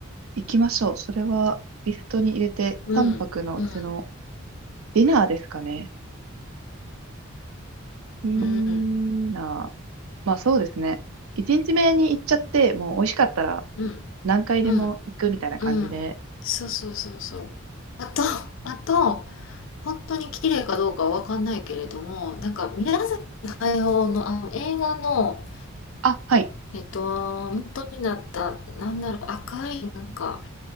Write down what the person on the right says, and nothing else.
行きましょう。それは、リストに入れて、
3泊のうちのディナーですかね。ディナー。
まあ、そうですね。1日目に行っちゃって、もう美味しかったら
何回でも行くみたいな感じで。
あ、はい。